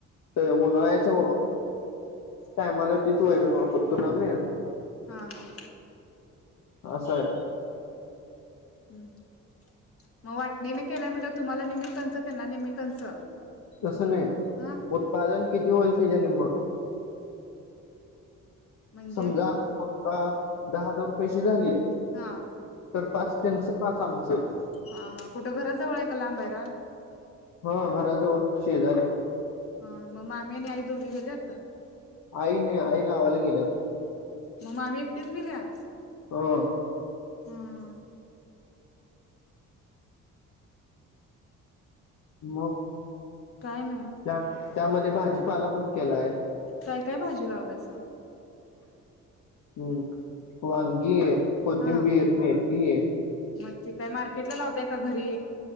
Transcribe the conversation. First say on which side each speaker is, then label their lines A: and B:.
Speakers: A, on the left (about 70°); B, on the left (about 50°).
A: तर उन्हाळ्याच्या टायमाला तिथचं वैरण वापरतो. ना आम्ही,
B: हा हा..
A: असये
B: ह्म्म ह्म्म मग वाटणी न केल्या म्हणलं! तुम्हाला निम्म त्यांना निम्म कंच!
A: तसं नाही!
B: हा
A: उत्पादन किती होईल? निम्म!
B: म्हणजे
A: समजा दहा हजार रुपयेशी झालीये!
B: हा..
A: तर पाच त्यांचं! पास आमचं!
B: हा कुठे घरा जवळ आहे का लांब आहे रान?
A: हा घराजवळ शेजारी!
B: हा म मामी आणि आई दोघी गेल्या का?
A: काही नाही! आई गावाला गेल्यात!
B: म मामी एकटेच गेल्या?
A: हो..
B: हाहा
A: म
B: काय नाय.
A: त्या त्यामध्ये भाजीपाला पण केलाय.
B: काय काय भाजी लावलाय सा?
A: हम्म वांगीये कोथिंबीर,
B: हा
A: मेथी ये
B: मग ते काय मार्केटला लावताय का घरी?